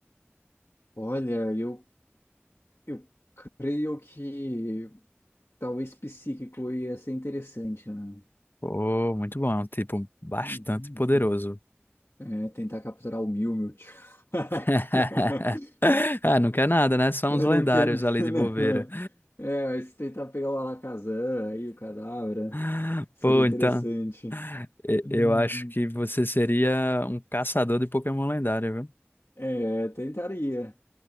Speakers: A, on the left; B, on the left.
A: Olha, eu, eu creio que talvez psíquico ia ser interessante, né?
B: Oh, muito bom, é um tipo bastante
A: Uhum,
B: poderoso.
A: uhum. É, tentar capturar o Mew, meu tio. <laughs>
B: <laughs> Ah, não quer nada, né? Só uns
A: Eu
B: lendários
A: não quero.
B: ali de
A: não.
B: bobeira.
A: É, mas se tentar pegar o Alakazam aí, o Cadabra,
B: <laughs>
A: seria
B: Pô,
A: interessante.
B: então. E-
A: Uhum.
B: Eu acho que você seria um caçador de Pokémon lendário, viu?
A: É, tentaria,